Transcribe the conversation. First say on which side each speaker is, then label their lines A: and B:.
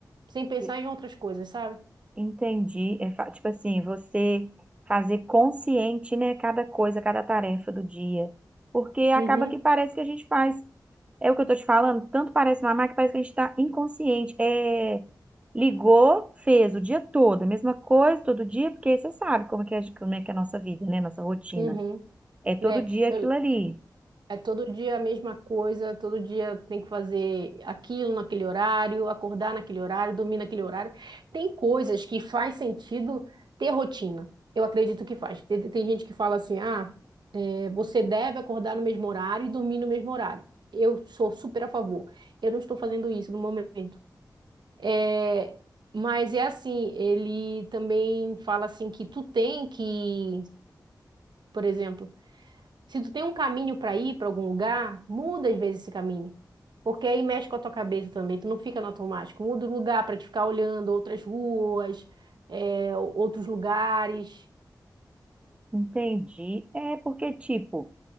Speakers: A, on the right; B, on the right.
A: sem pensar
B: E-
A: em outras coisas, sabe?
B: Entendi. É fa- tipo assim, você fazer consciente, né, cada coisa, cada tarefa do dia. Porque acaba
A: Uhum,
B: que parece que a gente faz. É o que eu tô te falando, tanto parece mamar que parece que a gente tá inconsciente. É, ligou, fez o dia todo, a mesma coisa todo dia, porque você sabe como é que é, como é que é a nossa vida, né, nossa rotina.
A: uhum,
B: É todo
A: né?
B: dia
A: Eu,
B: aquilo ali.
A: É todo dia a mesma coisa, todo dia tem que fazer aquilo naquele horário, acordar naquele horário, dormir naquele horário. Tem coisas que faz sentido ter rotina. Eu acredito que faz. Tem, tem gente que fala assim: ah, é, você deve acordar no mesmo horário e dormir no mesmo horário. Eu sou super a favor. Eu não estou fazendo isso no momento. É, mas é assim: ele também fala assim que tu tem que, por exemplo, se tu tem um caminho para ir para algum lugar, muda às vezes esse caminho. Porque aí mexe com a tua cabeça também, tu não fica no automático. Muda o lugar para te ficar olhando outras ruas, é, outros lugares.
B: Entendi. É porque, tipo,